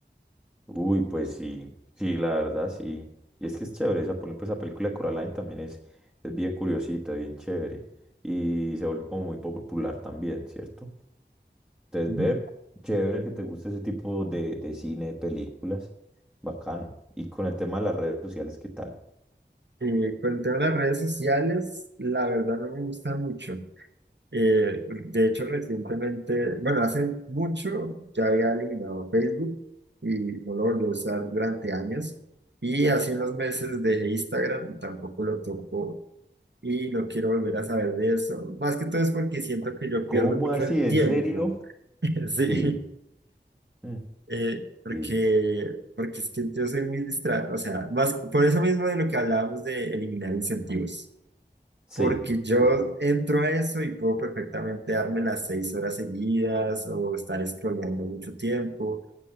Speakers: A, in the centre; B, on the right.
A: Uy, pues sí, sí, la verdad, sí. Y es que es chévere, esa, por ejemplo, esa película de Coraline también es, es bien curiosita, bien chévere. Y se volvió como muy popular también, ¿cierto? Entonces,
B: Ujú.
A: ve, chévere que te guste ese tipo de, de cine, de películas. Bacano. Y con el tema de las redes sociales, ¿qué tal?
B: Eh, con el tema de las redes sociales, la verdad no me gusta mucho. Eh, de hecho, recientemente, bueno, hace mucho ya había eliminado Facebook y no lo volví a usar durante años. Y hace unos meses dejé Instagram y tampoco lo toco y no quiero volver a saber de eso. Más que todo es porque siento que yo
A: ¿Cómo
B: pierdo mucho
A: así?
B: el
A: ¿En
B: tiempo.
A: serio?
B: <laughs> Sí.
A: Sí. mm,
B: eh, porque,
A: Sí.
B: porque es que yo soy muy distraído, o sea, más, por eso mismo de lo que hablábamos de eliminar incentivos,
A: Sí.
B: porque yo
A: Sí.
B: entro a eso y puedo perfectamente darme las seis horas seguidas o estar scrolleando mucho tiempo.